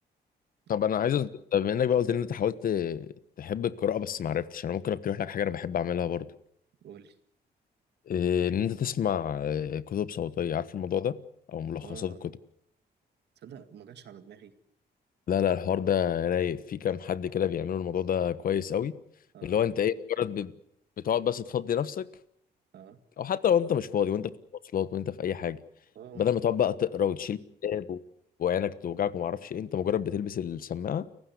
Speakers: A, on the left; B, on the right.
A: طب
B: عارف
A: انا عايز أز- طب بما انك بقى قلت لي ان انت حاولت تحب القراءة بس ما عرفتش انا ممكن اقترح لك حاجة انا بحب اعملها برضو
B: قولي
A: إيه، ان انت تسمع آه، كتب صوتية عارف الموضوع ده او ملخصات
B: اه
A: الكتب
B: تصدق ما جاتش على دماغي
A: لا لا الحوار ده رايق في كام حد كده بيعملوا الموضوع ده كويس قوي
B: اه
A: اللي هو انت ايه مجرد بت- بتقعد بس تفضي نفسك
B: اه
A: او حتى لو انت مش فاضي وانت في المواصلات وانت في اي حاجه
B: اه وانت
A: بدل ما
B: في
A: تقعد
B: مصر
A: بقى تقرا وتشيل كتاب و- وعينك توجعك وما اعرفش ايه انت مجرد بتلبس السماعه